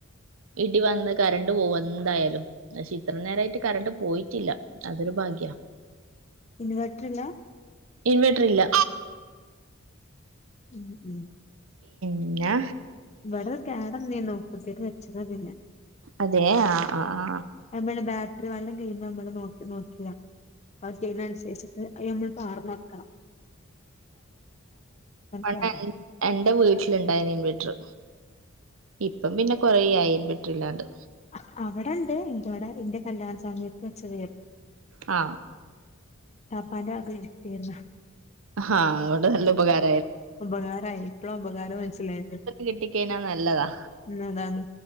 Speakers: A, on the right; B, on the left.
A: ഇടി വന്ന് കറണ്ട് പോവും എന്തായാലും പക്ഷെ ഇത്ര നേരായിട്ട് കറണ്ട് പോയിട്ടില്ല അതൊരു ഭാഗ്യാ
B: ഇൻവേർട്ടറില്ല
A: ഇൻവേർട്ടറില്ല
B: ഉം ഉം
A: പിന്നാ
B: ഇവട കേടനീന്നൊ പുതിയത് വെച്ചതിന്നൊന്നുല്ല
A: അതെ ആ ആ ആ
B: <unintelligible> ഒരു വള്ളം കയ്യ് നമ്മള് നോട്ട് നോക്കീലേ അത് ചെയ്യുന്ന അനുശേഷിട്ട് നമ്മള് പാർ ക്ക
A: പണ്ട്
B: കേടന്നത്
A: എൻ എന്റ വീട്ടിലുണ്ടായിനി ഇൻവെർട്ടർ ഇപ്പം പിന്ന കൊറേ ആയി ഇൻവെർട്ടറില്ലാണ്ട്
B: അ അവിടെണ്ട് ഇന്റവിട ഇന്റെ കല്യാണ സമയത്ത് വച്ചതേർ
A: ആ
B: പന അഗ കിട്ടീരുന്നു
A: ആ അതൊണ്ട് നല്ല ഉപകാര
B: ഉപകാരായി ഇപ്പളാ ഉപകാരം മനസിലായത്
A: കിട്ടിക്കഴിഞ്ഞാ നല്ലതാ
B: ഇന്നതാണ്